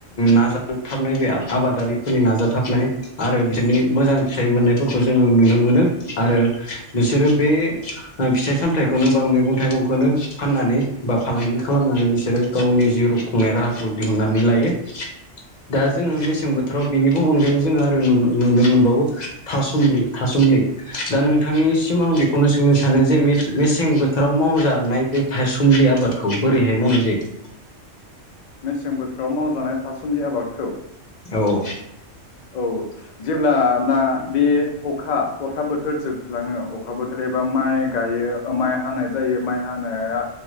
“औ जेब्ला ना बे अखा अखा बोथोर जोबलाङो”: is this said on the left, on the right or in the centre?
Left